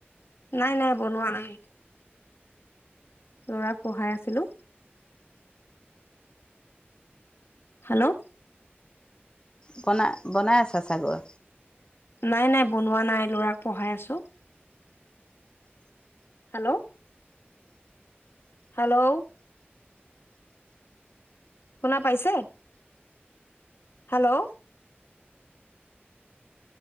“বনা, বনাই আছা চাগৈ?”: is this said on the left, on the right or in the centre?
Left